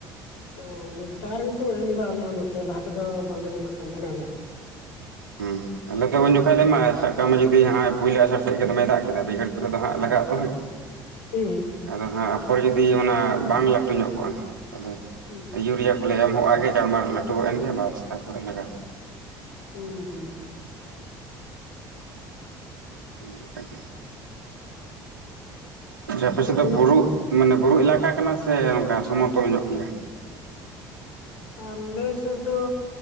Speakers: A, on the left; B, on the right.
A: ᱚ ᱱᱤᱛᱟᱨ ᱜᱮᱠᱚ ᱮᱢ ᱫᱟ ᱟᱞᱮ ᱦᱚᱸ ᱱᱚᱛᱮ ᱞᱟᱦᱟ ᱛᱮᱫᱚ ᱵᱟᱞᱮ ᱮᱢᱟᱜ ᱠᱟᱱ ᱛᱟᱸᱦᱮᱱᱟ ᱟᱞᱮ ᱦᱚᱸ᱾
B: ᱦᱩᱸ᱾ ᱟᱞᱮ ᱛᱚ ᱩᱱ ᱡᱚᱠᱷᱡᱽ ᱞᱮ ᱮᱢᱟ ᱥᱟᱵ ᱠᱟᱜ ᱢᱮ ᱡᱩᱫᱤ ᱡᱟᱸᱦᱟᱭ ᱯᱩᱭᱞᱳ ᱟᱸᱥᱟᱲ ᱥᱮᱫ ᱜᱮ ᱫᱚᱢᱮᱭ ᱫᱟᱜ ᱠᱮᱫᱟ ᱵᱟᱹᱭᱦᱟᱹᱲ ᱠᱚᱨᱮ ᱫᱚ ᱦᱟᱸᱜ ᱞᱟᱜᱟᱜ ᱟᱛᱚ ᱦᱟᱸᱜ, <inaudible>
A: ᱦᱩᱸ᱾
B: ᱟᱫᱚ ᱦᱟᱸᱜ ᱟᱯᱷᱚᱨ ᱡᱩᱫᱤ ᱚᱱᱟ ᱵᱟᱝ ᱞᱟᱹᱴᱩ ᱧᱚᱜ ᱠᱚᱜᱼᱟ, ᱛᱟᱦᱞᱮᱼᱼ
A: ᱦᱩᱸ᱾
B: ᱤᱭᱩᱨᱤᱭᱟ ᱠᱚᱞᱮ ᱮᱢᱚ ᱦᱚᱜᱼᱟᱜ ᱜᱮ ᱪᱟᱲᱢᱟᱨ ᱞᱟᱴᱩ ᱜᱚᱜ ᱮᱱᱜᱮ ᱵᱟᱥ ᱛᱟᱯᱚᱨᱮ ᱞᱟᱜᱟ᱾
A: ᱦᱩᱸ ᱦᱩᱸ᱾
B: <unintelligible> ᱟᱪᱪᱷᱟ ᱟᱯᱮ ᱥᱮᱫ
A: ᱟᱵᱚᱣᱟᱜ
B: ᱫᱚ ᱵᱩᱨᱩ ᱢᱟᱱᱮ ᱵᱩᱨᱩ ᱮᱞᱟᱠᱟ ᱠᱟᱱᱟ, ᱥᱮ ᱱᱚᱠᱟ ᱥᱚᱢᱚᱛᱚᱞ ᱧᱚᱜ ᱜᱤᱭᱟ᱾
A: ᱟᱞᱮ ᱥᱮᱫ ᱫᱚ